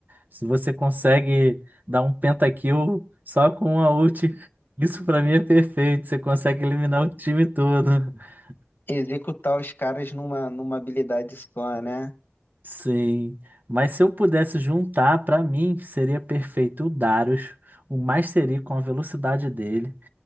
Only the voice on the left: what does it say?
executar os caras numa, numa habilidade só, né?